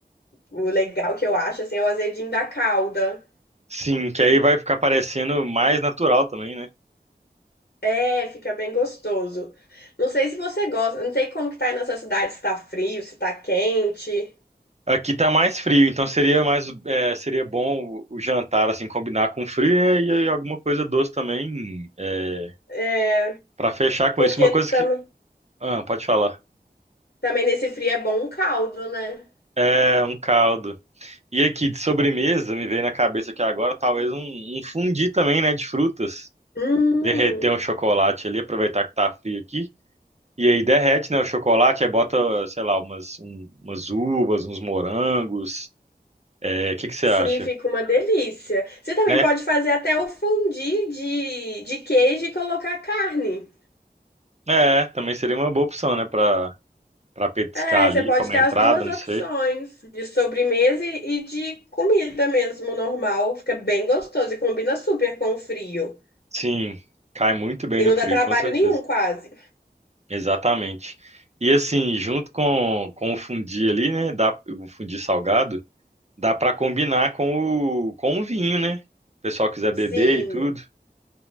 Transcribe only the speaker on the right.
Sim, que aí vai ficar parecendo mais natural também, né?
Aqui tá mais frio, então seria mais, é, seria bom o o jantar assim combinar com frio, né? E aí alguma coisa doce também, é,
para fechar com
isso. Uma coisa
que, ah, pode falar.
É um caldo. E aqui de sobremesa, me veio na cabeça aqui agora, talvez um, um fundi também, né, de frutas.
Derreter um chocolate ali, aproveitar que tá frio aqui. E aí derrete, né, o chocolate, aí bota, sei lá, umas, um- umas uvas, uns morangos. É, o que que você
acha?
Né?
É, também seria uma boa opção, né, pra, pra petiscar
ali
como
entrada,
não
sei.
Sim, cai muito bem
no
frio,
com certeza.
Exatamente. E assim, junto com, com o fundi ali, né, dá, o fundi salgado, Dá pra combinar com o com o vinho, né? O pessoal quiser beber
e tudo.